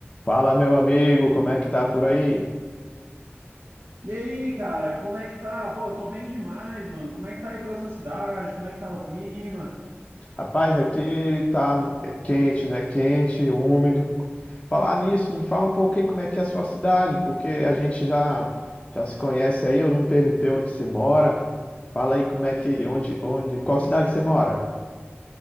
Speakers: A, on the left; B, on the right.
A: Fala, meu amigo, como é que tá por aí?
B: E aí, cara, como é que tá? Pô, eu tô bem demais, mano. Como é que tá aí pra sua cidade? Como é que tá o clima?
A: Rapaz, aqui tá é quente, né? Quente, úmido. Falar nisso, me fala um pouco aí como é que é a sua cidade, porque a gente já já se conhece aí, eu não perguntei onde você mora. Fala aí como é que, onde, onde, qual cidade você mora?